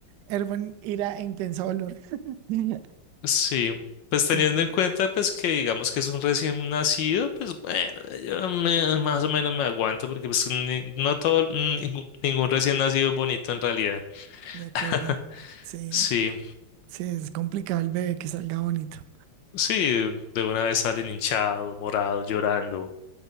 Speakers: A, on the right (about 80°); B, on the left (about 70°).
A: hervo en ira e intenso dolor. <laughs>
B: Sí, pues teniendo
A: Sí, no,
B: en
A: no,
B: cuenta pues que digamos que es un recién nacido, pues bueno, yo me- más o menos me aguanto porque pues ni- no todo, ningún, ningún recién nacido es bonito en realidad.
A: de acuerdo.
B: <laughs>
A: Sí.
B: Sí,
A: Sí, es complicado el bebé que salga bonito.
B: sí, de una vez salen hinchados, morados, llorando.